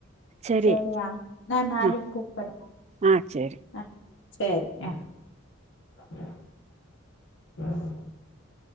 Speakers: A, on the right (about 35°); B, on the left (about 60°).
A: சரி
B: சரியா நான் நாளைக்கு
A: ஆ
B: கூப்பிறேன்
A: ஆ சரி
B: ஆஹ் சரி ஹ உம் <unintelligible>